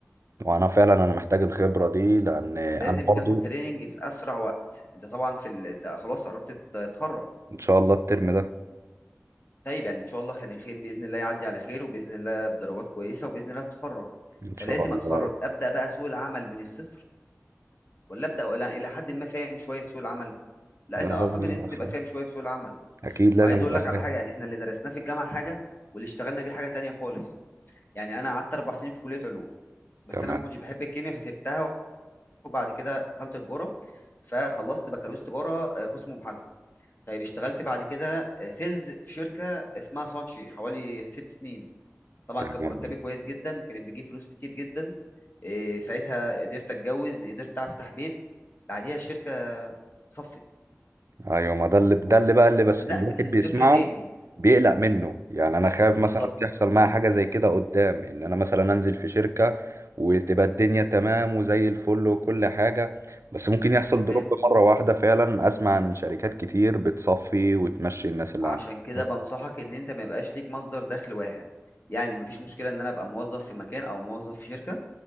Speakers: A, on the right (about 65°); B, on the left (about 40°).
A: وأنا فعلا أنا محتاج الخبرة دي لأن أنا
B: لازم
A: برضه
B: تاخد تريننج في اسرع وقت انت طبعا في ال... أنت خلاص قربت تتخرج
A: إن شاء الله الترم ده
B: طيب يعني ان شاء الله كان الخير باذن الله يعدي على خير وباذن الله بدرجات كويسه وباذن الله تتخرج
A: إن
B: فلازم
A: شاء الله
B: اتخرج ابدا بقى سوق العمل من الصفر ولا ابدا ولا الى حد ما فاهم شويه في سوق العمل لا
A: لا
B: انت
A: انا
B: اعتقد
A: لازم
B: ان
A: ابقى
B: انت تبقى
A: فاهم
B: فاهم شويه في سوق العمل
A: اكيد لازم
B: وعايز
A: ابقى
B: اقول لك
A: فاهم
B: على حاجه يعني احنا اللي درسناه في الجامعه حاجه واللي اشتغلنا بيه حاجه تانية خالص يعني انا قعدت اربع سنين في كليه علوم بس
A: تمام
B: انا ما كنتش بحب الكيمياء فسبتها وبعد كده دخلت تجاره فخلصت بكالوريوس تجاره آه، قسم محاسبه طيب اشتغلت بعد كده آه، سيلز في شركه اسمها سانشي حوالي ست سنين طبعا
A: تمام
B: كان مرتبي كويس جدا كانت بتجيب فلوس كتير جدا آه، ساعتها قدرت اتجوز قدرت افتح بيت بعديها الشركه صفت
A: ايوه ما ده اللي ده اللي بقى اللي بس
B: بدات
A: الواحد
B: من الصفر
A: بيسمعه
B: تاني
A: بيقلق منه يعني انا خايف مثلا
B: بالظبط
A: تحصل معايا حاجه زي كده قدام ان انا مثلا انزل في شركه وتبقى الدنيا تمام وزي الفل وكل حاجه بس ممكن يحصل
B: تمام
A: دروب مره واحده فعلا اسمع عن شركات كتير بتصفي وتمشي الناس اللي
B: عشان
A: عندها
B: كده بنصحك ان انت ما يبقاش ليك مصدر دخل واحد يعني مفيش مشكله ان انا ابقى موظف في مكان او موظف في شركه